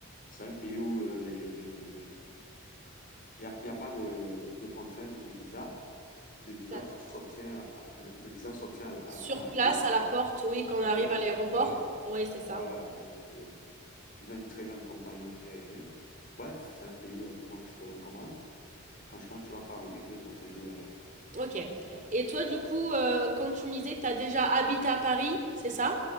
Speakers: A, on the left (about 40°); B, on the right (about 35°).
A: c'est un pays où euh, les, les, les... il n'y a, il y a pas de, de contrainte de visa. Le visa
B: D'accord.
A: s'obtient à, le, le visa s'obtient à, à-
B: Sur
A: à l'arrivée
B: place, à la porte, oui, quand on
A: de
B: arrive
A: place.
B: à l'aéroport.
A: Voilà.
B: Oui, c'est
A: Voilà.
B: ça.
A: Donc, euh, ils ont une très grande compagnie aérienne. Bref, c'est un pays euh, que moi je te recommande. Franchement, tu vas pas regretter ton séjour là-bas.
B: Ok.
A: Voilà.
B: Et toi, du coup, euh, quand tu me disais que tu as déjà habité à Paris, c'est ça?